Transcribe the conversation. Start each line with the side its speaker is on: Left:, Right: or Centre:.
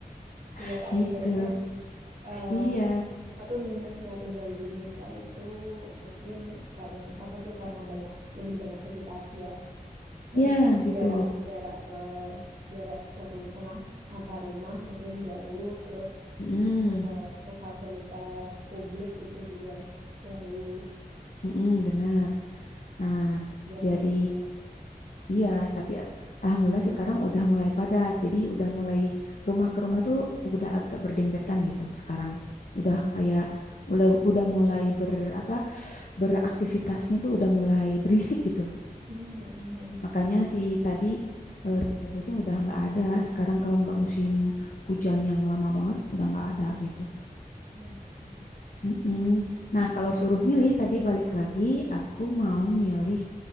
Left: <laughs>
Right: iya sih
Left: gitu.
Right: kayaknya eh,
Left: Iya.
Right: Atau minusnya tinggal di desa itu mungkin karena apa tuh karena banyak lebih banyak vegetasi ya. Terus
Left: Iya gitu.
Right: jarak jarak ke jarak ke rumah antar rumah mungkin jauh. Terus
Left: Mm,
Right: mau ke, fa- ke fasilitas publik itu juga jauh.
Left: mm benar. Nah,
Right: Pas Jalan
Left: jadi
Right: juga.
Left: iya, tapi a- alhamdulillah sekarang udah mulai padat. Jadi udah mulai rumah ke rumah tuh udah agak berdempetan gitu sekarang. Udah kayak udah udah mulai ber apa beraktivitasnya tuh udah mulai berisik gitu.
Right: Hmm, hmm, hmm, hmm.
Left: Makanya si tadi eh, si kabutnya udah nggak ada. Sekarang kalau nggak musim hujan yang lama banget udah nggak ada gitu.
Right: Ya, sih.
Left: Mm-mm. Nah, kalau suruh milih tadi balik lagi, aku mau milih